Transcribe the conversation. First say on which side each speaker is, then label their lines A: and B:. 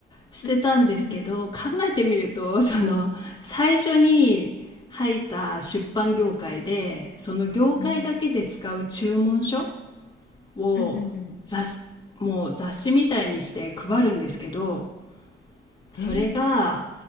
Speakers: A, on the left; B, on the left.
A: してたんですけど、
B: うんうん
A: 考えてみると、その最初に入った出版業界で、その業界だけで使う注文書
B: うん
A: を雑もう雑誌みたいにして配るんですけど
B: うんうんうんうんうん
A: それが、
B: へえ